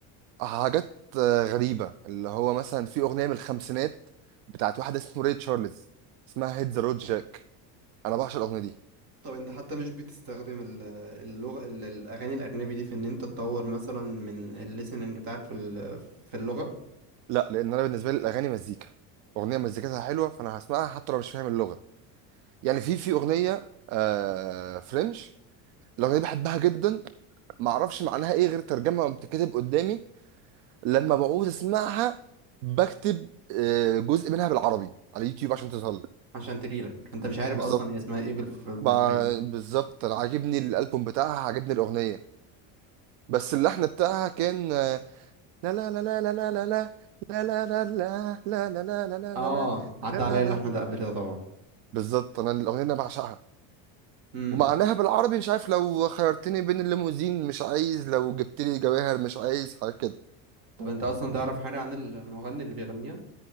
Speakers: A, on the right; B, on the right.
A: حاجات آه، غريبة اللي هو مثلا في أغنية من الخمسينات بتاعت واحد اسمه ري تشارلز اسمها هيد ذا رود جاك أنا بعشق الأغنية دي
B: طب انت حتى مش بتستخدم ال- اللغة ال- الاغاني الاجنبي دي في ان انت تطور مثلا من الليسننج بتاعك في ال- في اللغة
A: لا لأن أنا بالنسبة لي الأغاني مزيكا أغنية مزيكتها حلوة فأنا هسمعها حتى لو مش فاهم اللغة يعني في في أغنية آه فرنش الأغنية دي بحبها جدا معرفش معناها إيه غير ترجمة بتتكتب قدامي لما بعوز اسمعها بكتب آه، جزء منها بالعربي على يوتيوب عشان تظهر لي
B: عشان تجيلك انت مش عارف
A: بالظبط
B: اصلا هي اسمها ايه بالف... بالفرنش
A: مع- بالظبط انا عاجبني الالبوم بتاعها عاجبني الاغنيه بس اللحن بتاعها كان آه، لا لا لا لا لا لا لا لا لا لا لا لا لا لا لا لا
B: اه
A: لا لا لا
B: عدى
A: لا
B: عليا
A: لا لا
B: اللحن
A: لا
B: ده قبل كده طبعا
A: بالظبط انا الاغنيه انا بعشقها
B: امم
A: ومعناها بالعربي مش عارف لو خيرتني بين الليموزين مش عايز لو جبت لي جواهر مش عايز حاجه كده
B: طب انت اصلا تعرف حاجه عن المغني اللي بيغنيها